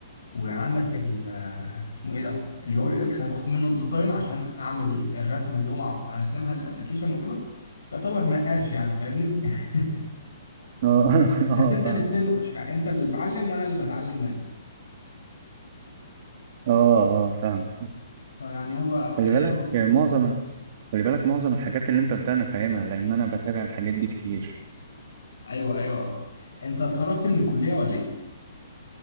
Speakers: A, on the left (about 80°); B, on the right (about 45°).
A: وعندك ال آه، اسمه ايه ده اليو يو اكس انا باخد منه الديزاين عشان اعمل الرسمه اللي هو عم- راسمها للابلكيشن وكده يعتبر نقاش يعني فاهمني <laughs>
B: اه <laughs>
A: بس
B: اه
A: انت
B: فاهم
A: اللي بتنقش يعني انت اللي بعلم وانا اللي بتعلم منك
B: اه اه فاهم
A: فيعني هو
B: خلي
A: الشغل
B: بالك معظم ال- خلي بالك معظم الحاجات اللي انت قلتها انا فاهمها لان انا بتابع الحاجات دي كتير
A: ايوه ايوه اصلا انت اتخرجت من الكليه ولا ايه؟